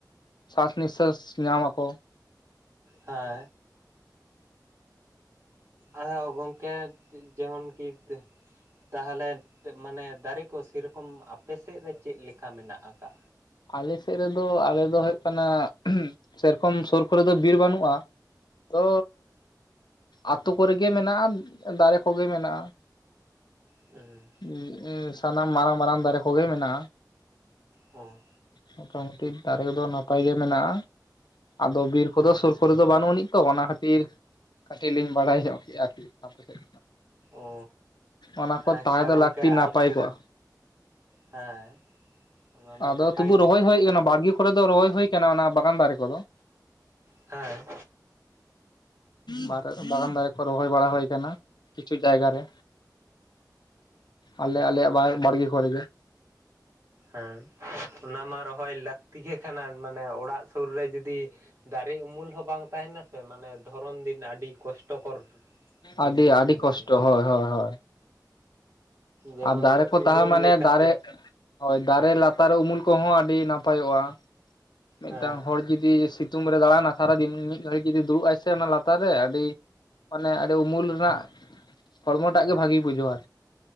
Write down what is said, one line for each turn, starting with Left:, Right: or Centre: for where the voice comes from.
Left: ᱥᱟᱥ ᱱᱤᱥᱥᱟᱹᱥ ᱧᱟᱢ ᱟᱠᱚ᱾
Right: ᱦᱮᱸ᱾ ᱟᱫᱚ ᱜᱚᱝᱠᱮ ᱡᱮᱢᱚᱱ ᱠᱤᱛ ᱛᱟᱦᱚᱞᱮ ᱢᱟᱱᱮ ᱫᱟᱨᱮ ᱠᱚ ᱥᱮᱨᱚᱠᱚᱢ ᱟᱯᱮ ᱥᱮᱫ ᱨᱮ ᱪᱮᱫ ᱞᱮᱠᱟ ᱢᱮᱱᱟᱜ ᱟᱠᱟᱜ-ᱟ?
Left: ᱟᱞᱮ ᱥᱮᱫ ᱨᱮᱫᱚ ᱟᱞᱮ ᱫᱚ ᱦᱩᱭᱩᱜ ᱠᱟᱱᱟ ᱥᱮᱨᱚᱠᱚᱢ ᱥᱩᱨ ᱠᱚᱨᱮ ᱫᱚ ᱵᱤᱨ ᱵᱟᱹᱱᱩᱜᱼᱟ ᱛᱚ ᱟᱹᱛᱳ ᱠᱚᱨᱮ ᱜᱮ ᱢᱮᱱᱟᱜᱼᱟ, ᱫᱟᱨᱮ ᱠᱚᱜᱮ ᱢᱮᱱᱟᱜᱼᱟ᱾
Right: ᱮᱸ᱾
Left: ᱩᱸ ᱩᱸ ᱥᱟᱱᱟᱢ ᱢᱟᱨᱟᱝ ᱢᱟᱨᱟᱝ ᱫᱟᱨᱮ ᱠᱚᱜᱮ ᱢᱮᱱᱟᱜᱼᱟ᱾
Right: ᱚ᱾
Left: ᱢᱚᱴᱟᱢᱩᱴᱤ ᱫᱟᱨᱮ ᱠᱚᱫᱚ ᱱᱟᱯᱟᱭ ᱜᱮ ᱢᱮᱱᱟᱜᱼᱟ, ᱟᱫᱚ ᱵᱤᱨ ᱠᱚᱫᱚ
Right: ᱦᱩᱸ
Left: ᱥᱩᱨ ᱠᱚ ᱫᱚ ᱵᱟᱹᱱ ᱟᱹᱱᱤᱡ ᱛᱚ ᱚᱱᱟ ᱠᱷᱟᱹᱛᱤᱨ ᱠᱟᱹᱴᱤᱡ ᱞᱤᱧ ᱵᱟᱲᱟᱭ ᱧᱚᱜ ᱠᱮᱫᱼᱟ ᱟᱨᱠᱤ ᱟᱯᱮ ᱥᱮᱫ᱾
Right: ᱚ
Left: ᱚᱱᱟ ᱠᱚ
Right: ᱟᱪᱪᱷᱟ
Left: ᱛᱟᱦᱮᱸ ᱫᱚ
Right: ᱜᱚᱝᱠᱮ
Left: ᱞᱟᱹᱠᱛᱤ ᱱᱟᱯᱟᱭ
Right: ᱟᱞᱮ
Left: ᱠᱚᱜᱼᱟ᱾
Right: ᱦᱮᱸ᱾ ᱚᱱᱟ ᱢᱟ
Left: ᱟᱫᱚ
Right: ᱱᱟᱯᱟᱭ
Left: ᱛᱚᱵᱩ
Right: ᱜᱮᱭᱟ
Left: ᱨᱚᱦᱚᱭ ᱦᱩᱭ ᱟᱠᱟᱱᱟ ᱵᱟᱲᱜᱮ ᱠᱚᱨᱮ ᱫᱚ ᱨᱚᱦᱚᱭ ᱦᱩᱭ ᱟᱠᱟᱱᱟ ᱚᱱᱟ ᱵᱟᱜᱟᱱ ᱫᱟᱨᱮ ᱠᱚᱫᱚ᱾
Right: ᱦᱮᱸ᱾
Left: ᱢᱟᱨᱮ ᱵᱟᱜᱟᱱ ᱫᱟᱨᱮ ᱠᱚ ᱨᱚᱦᱚᱭ ᱵᱟᱲᱟ ᱦᱩᱭ ᱟᱠᱟᱱᱟ᱾ ᱠᱤᱪᱷᱩ ᱡᱟᱭᱜᱟ ᱨᱮ, ᱟᱞᱮ ᱟᱞᱮᱭᱟᱜ ᱵᱟᱲᱜᱮ ᱠᱚᱨᱮ ᱜᱮ᱾
Right: ᱦᱳᱭ, ᱚᱱᱟ ᱢᱟ ᱨᱚᱦᱚᱭ ᱞᱟᱹᱠᱛᱤ ᱜᱮ ᱠᱟᱱᱟ ᱢᱟᱱᱮ ᱚᱲᱟᱜ ᱥᱩᱨ ᱨᱮ ᱡᱩᱫᱤ ᱫᱟᱨᱮ ᱩᱢᱩᱞ ᱦᱚᱸ ᱵᱟᱝ ᱛᱟᱦᱮᱱᱟ ᱥᱮ ᱢᱟᱱᱮ ᱫᱷᱚᱨᱚᱱ ᱫᱤᱱ ᱟᱹᱰᱤ ᱠᱚᱥᱴᱚᱠᱚᱨ ᱡᱤᱱᱤᱥ
Left: ᱟᱹᱰᱤ ᱟᱹᱰᱤ
Right: ᱠᱟᱱᱟ
Left: ᱠᱚᱥᱴᱚ
Right: ᱚᱱᱟ ᱫᱚ
Left: ᱦᱳᱭ ᱦᱳᱭ ᱦᱳᱭ᱾
Right: ᱡᱮᱢᱚᱱ
Left: ᱟᱨ ᱫᱟᱨᱮ ᱠᱚ
Right: ᱩᱢᱩᱞ
Left: ᱛᱟᱦᱮᱸ ᱢᱟᱱᱮ
Right: ᱞᱮᱠᱟᱛᱮ
Left: ᱫᱟᱨᱮ, ᱦᱳᱭ ᱫᱟᱨᱮ ᱞᱟᱛᱟᱨ ᱩᱢᱩᱞ ᱠᱚᱦᱚᱸ ᱟᱹᱰᱤ ᱱᱟᱯᱟᱭᱚᱜᱼᱟ᱾ ᱢᱤᱫᱴᱟᱝ
Right: ᱦᱮᱸ
Left: ᱦᱚᱲ ᱡᱩᱫᱤ ᱥᱤᱛᱩᱝ ᱨᱮ ᱫᱟᱬᱟᱱᱟ ᱥᱟᱨᱟ ᱫᱤᱱ ᱢᱤᱫ ᱜᱷᱟᱹᱲᱤᱡ ᱡᱩᱫᱤ ᱫᱩᱲᱩᱵ ᱟᱭ ᱥᱮ ᱚᱱᱟ ᱞᱟᱛᱟᱨ ᱨᱮ ᱟᱹᱰᱤ ᱢᱟᱱᱮ ᱟᱹᱰᱤ ᱩᱢᱩᱞ ᱨᱮᱱᱟᱜ ᱦᱚᱲᱢᱚᱴᱟᱜ ᱜᱮ ᱵᱷᱟᱜᱮᱭ ᱵᱩᱡᱷᱟᱹᱣᱟ᱾